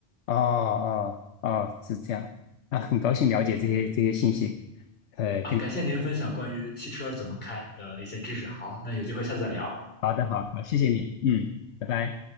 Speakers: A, on the left; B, on the left.
A: 哦哦哦，是这样啊，很高兴了解这些这些信息，
B: 的。对对
A: 呃，
B: 啊，
A: 跟。
B: 感谢您分享关于汽车怎么开的一些知识。好，那有机会下次再聊。
A: 好的，好好，谢谢你，嗯，拜拜。